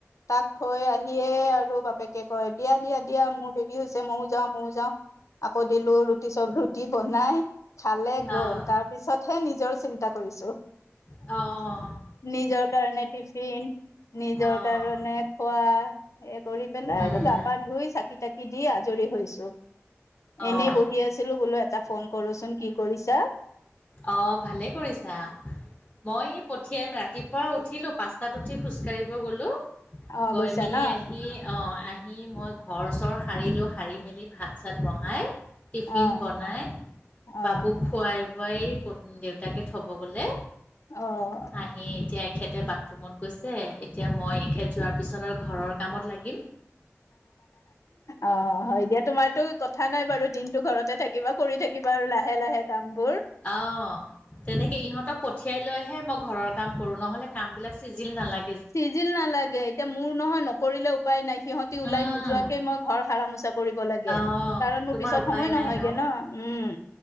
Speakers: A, on the left (about 85°); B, on the left (about 25°).
A: তাক থৈ আহিয়ে আৰু বাপেকে কয় দিয়া, দিয়া-দিয়া মোৰ দে ৰি হৈছে মইয়ো যাম, মইয়ো যাম। আকৌ দিলো ৰুটি চব ৰুটি বনাই খালে গ'ল
B: অঁ
A: তাৰ পিছতহে নিজৰ চিন্তা কৰিছো।
B: অ'।
A: নিজৰ কাৰণে টিফিন নিজৰ
B: অঁ
A: কাৰণে খোৱা, এই কৰি পেলাই
B: উম
A: আৰু গা পা ধুই চাকি তাক কি দি আজৰি হৈছো।
B: অঁ
A: এনেই বহি আছিলো বোলো এটা ফোন কৰোচোন কি কৰিছা।
B: অ' ভালেই কৰিছা। মই এই পঠিয়াম ৰাতি পৰা উঠিলোঁ। পাঁচটাত উঠি খোজকাঢ়িব গ'লো,
A: অ
B: গৈ
A: গৈছা
B: মেলি
A: ন
B: আহি অ'। আহি মই ঘৰ চৰ সাৰিলো। সাৰি মেলি ভাত চাত বহাই টিফিন
A: অ
B: বনাই,
A: অ
B: বাবুক খুৱাই বুৱাই প, দেউতাকে থ'ব গ'লে।
A: অ
B: আহি এতিয়া এখেতে বাথৰুমত গৈছে। এতিয়া মই এখেত যোৱাৰ পিছত আৰু ঘৰৰ কামত লাগিম।
A: অ' হয় দিয়া তোমাৰতো কথা নাই বাৰু দিনটো ঘৰতে থাকিবা, কৰি থাক কিবা আৰু লাহে লাহে কামবোৰ
B: অ' তেনেকে ইহঁতক পঠিয়াই লৈহে মই ঘৰৰ কাম ক'ৰো। নহ'লে কাম বিলাক চিজিল নালাগ
A: চিজিল নালাগে। এতিয়া মোৰ নহয় নকৰিলেও উপায় নাই। সিহঁতি ওলাই
B: উম
A: নোযোৱাকে মই ঘৰ সাৰা মোচা কৰিব লাগ গে।
B: অঁ
A: কাৰণ মোৰ
B: তোমাৰ
A: পিছত
B: উপায়
A: সময় নহয়গে
B: নাই
A: ন। উম,